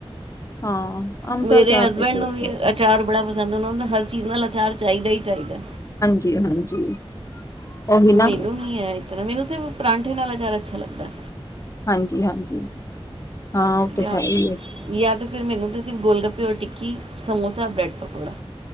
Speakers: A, on the left; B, on the right.
A: ਹਾਂ। ਅੰਬ
B: ਮੇਰੇ
A: ਦਾ ਅਚਾਰ
B: ਹਸਬੈਂਡ
A: ਤੇ ਫੇਵ
B: ਨੂੰ ਵੀ
A: ਰੇਟ ਏ।
B: ਅਚਾਰ ਬੜਾ ਪਸੰਦ ਏ ਉਹਨਾ ਨੂੰ ਹਰ ਚੀਜ਼ ਨਾਲ ਅਚਾਰ ਚਾਹੀਦਾ ਹੀ ਚਾਹੀਦਾ।
A: ਜੀ, ਹਾਂਜੀ। ਉਹੀ ਨਾ
B: ਮੈਨੂੰ ਨੀ ਹੈ ਇਤਨਾ, ਮੈਨੂੰ ਸਿਰਫ ਪਰਾਂਠੇ ਨਾਲ ਅਚਾਰਾ ਅੱਛਾ ਲੱਗਦਾ।
A: ਜੀ, ਹਾਂਜੀ। ਹਾਂ ਉਹ ਤੇ
B: ਯਾ,
A: ਹੈ ਹੀ ਏ।
B: ਯਾਤੇ ਫੇਰ ਮੈਨੂੰ ਤੁਸੀ ਸਿਰਫ ਗੋਲ-ਗੱਪੇ ਔਰ ਟਿੱਕੀ ਕਿ ਸਮੋਸਾ, ਬ੍ਰੈਡ ਪਕੌੜਾ